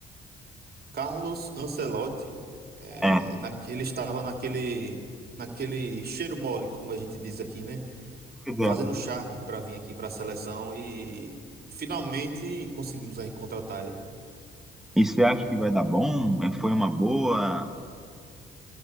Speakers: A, on the right; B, in the centre.
A: Carlos Ancelotti, é,
B: É,
A: naque- ele estava naquele, naquele cheiro mole, como a gente diz aqui, né?
B: pois
A: Fazendo
B: é.
A: charme para vir aqui para a seleção e finalmente conseguimos aí contratar ele.
B: E você acha que vai dar bom? É, Foi uma boa?